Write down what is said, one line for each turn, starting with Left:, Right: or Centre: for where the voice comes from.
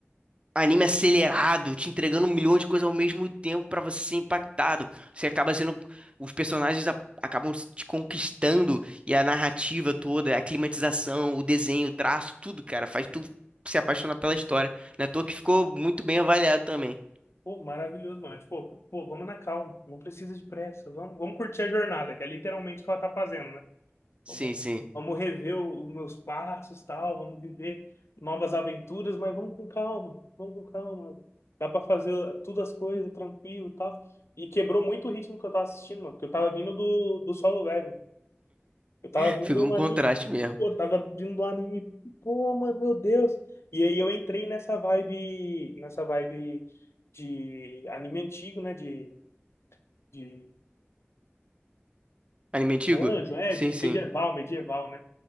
Right: anime acelerado, te entregando um milhão de coisas ao mesmo tempo pra você ser impactado. Você acaba sendo. Os personagens a- acabam te conquistando e a narrativa toda, a climatização, o desenho, o traço, tudo, cara, faz tu se apaixonar pela história. Não é à toa que ficou muito bem avaliado também.
Left: Pô, maravilhoso, mano. É Tipo, pô, vamos na calma. Não precisa de pressa. Vamos, vamos curtir a jornada, que é literalmente o que ela tá fazendo, né?
Right: Sim,
Left: Vamos,
Right: sim.
Left: vamos rever o- os meus passos, tal. Vamos viver novas aventuras, mas vamos com calma. Vamos com calma. Dá pra fazer todas as coisas tranquilo, e tal. E quebrou muito o ritmo que eu tava assistindo, mano. Porque eu tava vindo do, do solo level. Eu tava
Right: <laughs>
Left: vindo
Right: Ficou
Left: de um
Right: um
Left: anime,
Right: contraste mesmo.
Left: pô, tava vindo de um anime, pô, mano, meu Deus. E aí eu entrei nessa vibe, nessa vibe de anime antigo, né? De, de
Right: Anime antigo?
Left: anjo, é,
Right: Sim,
Left: de
Right: sim.
Left: medieval, medieval, né?